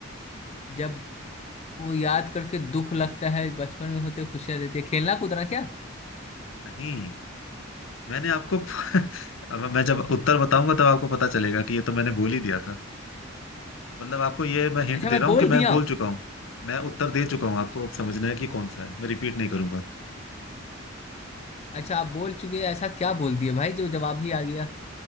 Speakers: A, on the left; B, on the left.
A: जब वो याद करके दुख लगता है बचपन में होते खुशियां देती है खेलना कूदना क्या
B: नहीं मैंने आपको <laughs> अब मैं जब उत्तर बताऊंगा तब आपको पता चलेगा कि ये तो मैंने बोल ही दिया था मतलब आपको ये मैं हिंट
A: अच्छा
B: दे
A: मैं
B: रहा
A: बोल
B: हूँ कि मैं
A: दिया
B: बोल चुका हूँ मैं उत्तर दे चुका हूँ आपको अब समझना है कि कौन सा है मैं रिपीट नहीं करूंगा
A: अच्छा आप बोल चुके हैं ऐसा क्या बोल दिया भाई जो जवाब ही आ गया